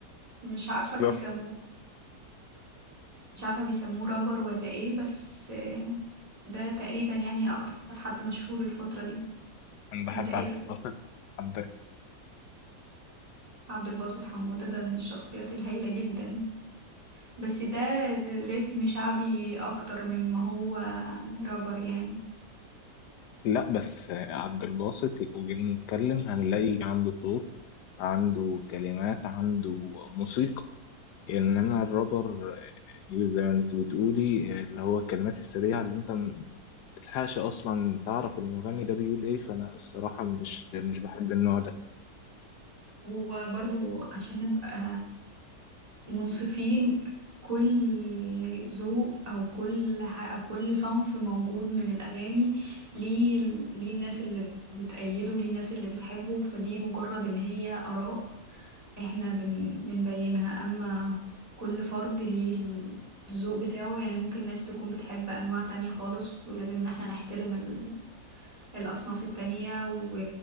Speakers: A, on the right (about 20°); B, on the left (about 80°).
A: مش
B: <laughs>
A: عارفة
B: بالظبط
A: بيسموه مش عارفة بيسموه رابر ولا ايه بس ده تقريبا يعني اكتر حد مشهور الفترة دي
B: أنا بحب
A: انت ايه
B: عبد
A: رأيك؟
B: الباسط عبد
A: عبد الباسط حمودة ده من الشخصيات الهايلة جدا بس ده رتم شعبي اكتر من ما هو رابر يعني
B: لا بس عبد الباسط لو جينا نتكلم هنلاقي عنده صوت عنده كلمات عنده موسيقى إنما الرابر زي ما أنت بتقولي اللي هو الكلمات السريعة اللي أنت تلحقش اصلا تعرف المغني ده بيقول ايه فانا الصراحه مش مش بحب النوع ده
A: وبرضو عشان نبقى منصفين كل ذوق او كل ح... او كل صنف موجود من الاغاني ليه ليه الناس اللي بتأيده وليه الناس اللي بتحبه فدي مجرد ان هي اراء احنا بن... بنبينها اما كل فرد ليه الذوق بتاعه يعني ممكن ناس تكون بتحب انواع تانية خالص ولازم ان احنا نحترم ال... الاصناف التانية و...